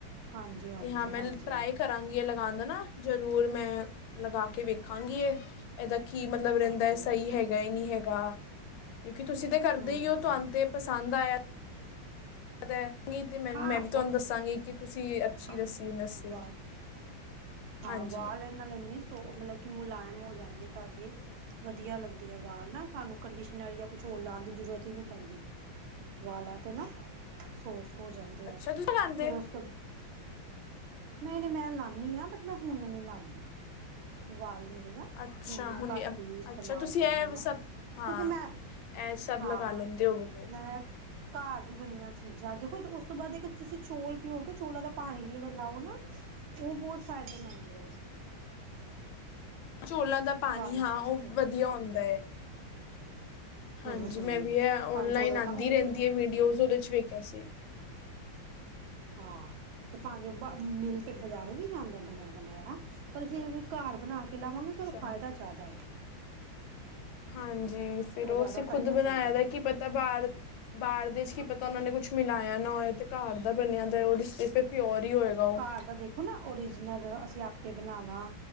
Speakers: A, on the right; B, on the left.
A: ਹਾਂਜੀ ਹਾਂਜੀ
B: ਤੇ ਹਾਂ ਮੈਂ
A: ਹਾਂਜੀ
B: ਟਰਾਈ ਕਰਾਂਗੀ ਇਹ ਲਗਾਉਣ ਦਾ ਨਾ ਜ਼ਰੂਰ ਮੈਂ ਲਗਾ ਕੇ ਵੇਖਾਂਗੀ ਇਹ ਇਹਦਾ ਕੀ ਮਤਲਬ ਰਹਿੰਦਾ
A: ਹਾਂਜੀ
B: ਹੈਏ
A: ਹਾਂਜੀ
B: ਸਹੀ ਹੈਗਾ ਨਹੀਂ ਹੈਗਾ <unintelligible> ਜਾਂ ਕਿਉਂਕਿ ਤੁਸੀਂ ਤੇ ਕਰਦੇ
A: ਹੂੰ
B: ਹੀ
A: ਹੂੰ
B: ਹੋ ਤੁਹਾਨੂੰ ਤੇ ਪਸੰਦ ਹੁੰਦਾ ਏ <unintelligible>
A: ਹਾਂ
B: ਤੁਹਾਨੂੰ
A: ਵਾ
B: ਦੱਸਾਂਗੀ ਕਿ ਤੁਸੀਂ ਅੱਛੀ
A: ਹਾਂ
B: ਦੱਸੀ ਦੱਸੀ
A: ਵਾਲ ਹਾਂ
B: ਹਾਂਜੀ
A: ਵਾਲ ਇਹ ਨਾਲ ਇੰਨੀ ਸੋਫ ਮਤਲਬ ਕਿ ਮੁਲਾਇਮ ਹੋ ਜਾਂਣਗੇ ਤੁਹਾਡੇ ਵਧੀਆ ਲੱਗਦੇ ਆ ਵਾਲ ਨਾ ਸਾਨੂੰ ਕੰਡੀਸ਼ਨਰ ਜਾਂ ਕੁਛ ਹੋਰ ਲਾਉਣ ਦੀ ਜ਼ਰੂਰਤ ਹੀ ਨਹੀਂ ਪੈਂਦੀ ਵਾਲਾ ਤੇ ਨਾ ਸੋਫਟ ਹੋ ਜਾਂਦੇ
B: ਅੱਛਾ
A: ਹੈ
B: ਤੁਸੀਂ ਲਗਾਉਂਦੇ
A: ਫੇਰ ਉਸ ਨਹੀਂ ਨਹੀਂ ਮੈਂ ਲਾਣੀ ਹਾਂ ਬਟ ਮੈਂ ਹੁਣ ਨਹੀਂ ਲਾਂਦੀ ਵਾਲ ਮੇਰੇ ਨਾ
B: ਅੱਛਾ
A: ਮੈਂ
B: ਹੁਣ
A: ਘੱਟ ਹੀ ਇਸਤੇਮਾਲ
B: ਅੱਛਾ ਤੁਸੀਂ
A: ਕਰਨੀ
B: ਇਹ
A: ਆ
B: ਸਭ ਹਾਂ
A: ਕਿਉਂਕਿ ਮੈਂ
B: ਇਹ ਸਭ
A: ਹਾਂ
B: ਲਗਾ ਲੈਂਦੇ ਹੋਵੋਗੇ
A: ਮੈਂ ਘਰ ਦੀ ਬਣੀਆਂ ਚ ਚੀਜ਼ਾਂ ਦੇਖੋ ਉਸ ਤੋਂ ਬਾਅਦ ਇੱਕ ਤੁਸੀਂ ਚੋਲ ਪਿਓ ਕਿ ਚੋਲਾਂ ਦਾ ਪਾਣੀ ਵੀ ਅਗਰ ਲਾਓ ਨਾ ਉਹ ਬਹੁਤ ਫਾਇਦੇਮੰਦ ਹੈ ਇਸ ਤੇ
B: ਚੋਲਾਂ ਦਾ ਪਾਣੀ
A: ਵਾਲਾਂ
B: ਹਾਂ
A: ਵਾਸਤੇ
B: ਉਹ ਵਧੀਆ ਹੁੰਦਾ ਏ ਹਾਂਜੀ
A: ਹਮ ਹਮ
B: ਮੈਂ ਵੀ ਆ ਓਨਲਾਈਨ
A: ਭਾਵੇਂ ਚੌਲਾਂ
B: ਆਉਂਦੀ
A: ਉਹ
B: ਰਹਿੰਦੀ ਆ ਵੀਡੀਓਜ਼ ਉਹਦੇ ਵੇਖਿਆ ਸੀ
A: ਹਾਂ ਤੇ ਭਾਵੇਂ ਉਹ ਬਾ ਮਿਲ ਤੇ ਬਾਜ਼ਾਰੋਂ ਵੀ ਜਾਂਦਾ ਬਣਿਆ ਬਣਾਇਆ ਪਰ ਅਸੀਂ ਫਿਰ ਘਰ ਬਣਾ ਕੇ ਕੇ ਲਾਵਾਂਗੇ
B: ਅੱਛਾ
A: ਤਾਂ ਉਦਾ ਫਾਇਦਾ ਜ਼ਿਆਦਾ ਏ
B: ਹਾਂਜੀ ਫਿਰ ਉਹ
A: ਜ਼ਿਆਦਾ
B: ਅਸੀਂ ਖੁਦ
A: ਫਾਇਦਾ
B: ਬਣਾਇਆ
A: ਕਰਦਾ ਹੈ।
B: ਦਾ ਕੀ ਪਤਾ ਬਾਹਰ ਬਾਹਰ ਦੇ ਚ ਕੀ ਪਤਾ ਉਹਨਾਂ ਨੇ ਕੁਛ ਮਿਲਾਇਆ ਨਾ ਹੋਇਆ ਤੇ ਘਰ ਦਾ ਬਣਿਆ ਦਾ ਉਹ <unintelligible> ਪਿਓਰ ਹੀ ਹੋਏਗਾ ਉਹ
A: ਘਰ ਦਾ ਦੇਖੋ ਨਾ ਓਰੀਜਨਲ ਅਸੀਂ ਆਪੇ ਬਣਾਉਣਾ